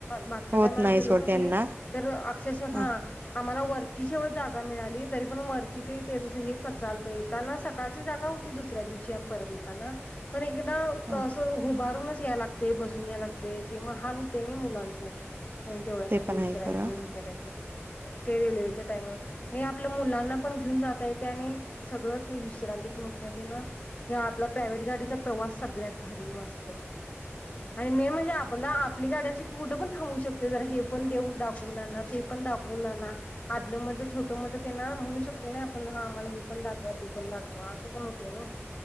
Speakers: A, on the left; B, on the right.
A: मागच्या
B: होत
A: टायमाला गेलो
B: सोड
A: का
B: त्यांना
A: नाही तर अक्षरश
B: ह
A: हां आम्हाला वर होती सोड जागा मिळाली तरी पण वरती ते त्यांच हे कचालत येताना सकाळची जागा होती दुसऱ्या दिवशी आम्ही परत येताना. पण एकदा
B: ह
A: असं उभारूनच याय लागतय बसून या लागतय. ते ते मग हाल होते नाही मुलांचं. तिथे आणि तेवढ्यासाठी
B: ते पण
A: उतरायचं
B: आहे खरं
A: हे करायचं ते रेल्वेच्या टाईम हे आपल्या मुलांना पण घेऊन जात येत आणि सगळंच विश्रांती पण त्यात आहे ना कि आपला प्रायव्हेट गाडीचा प्रवास सगळ्यात भारी मस्त आणि मे महिना म्हणजे आपला आपली गाड्याची कुठं पण थांबू शकते जरा हे पण देऊ दाखवून ते पण दाखवून आणा आदलं मधलं छोटं मोठं त्यांना म्हणू शकते ना आपण हा आम्हाला हे पण दाखवा ते पण दाखवा असं पण होते नाही.